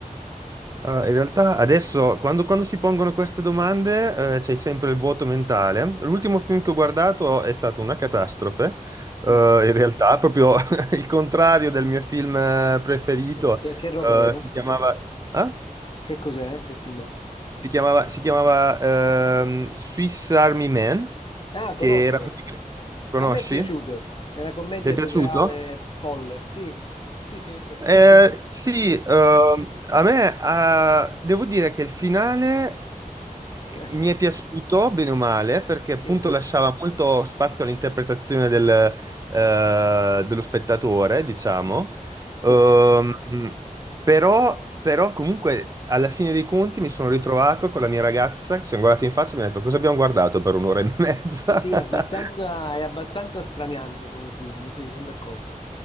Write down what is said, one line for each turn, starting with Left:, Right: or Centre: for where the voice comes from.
Right: Allora, in realtà adesso, quando, quando si pongono queste domande, eh, c'è sempre il vuoto mentale. L'ultimo film che ho guardato è stato una catastrofe. Eh,
Left: Mm.
Right: in realtà, proprio <laughs> il contrario del mio film eh, preferito,
Left: Che, che roba
Right: eh,
Left: era?
Right: si chiamava, ah?
Left: Che cos'è? Che film è?
Right: Si chiamava, si chiamava, ehm, Swiss Army Man,
Left: Ah, conosco.
Right: che era... pratica- Conosci?
Left: A me è piaciuto. È una commedia
Right: Ti è piaciuto?
Left: surreale folle. Sì, sì, sì.
Right: Eh, sì, ehm, a me eh, devo dire che il finale eh,
Left: <laughs>
Right: mi è piaciuto, bene o male, perché appunto
Left: Sì,
Right: lasciava molto spazio all'interpretazione del, eh, dello spettatore, diciamo. Ehm,
Left: sì.
Right: però, però comunque alla fine dei conti mi sono ritrovato con la mia ragazza, ci siamo guardati in faccia e mi ha detto cosa abbiamo guardato per un'ora e mezza.
Left: Sì,
Right: <laughs>
Left: è abbastanza, è abbastanza straniante come film, sì, sono d'accordo.